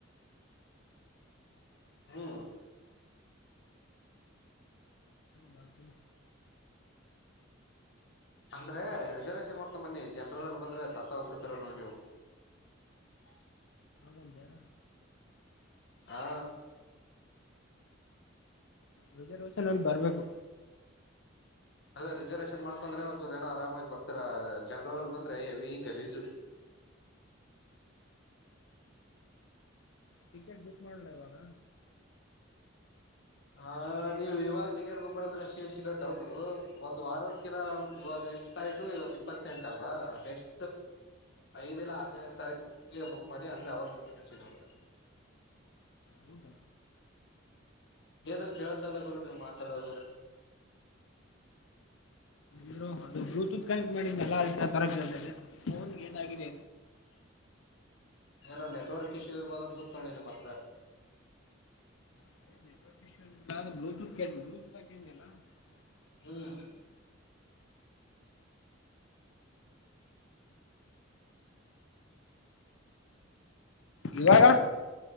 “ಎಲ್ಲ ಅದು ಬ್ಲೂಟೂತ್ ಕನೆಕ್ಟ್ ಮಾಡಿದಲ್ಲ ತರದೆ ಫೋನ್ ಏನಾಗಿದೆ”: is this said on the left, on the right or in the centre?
Left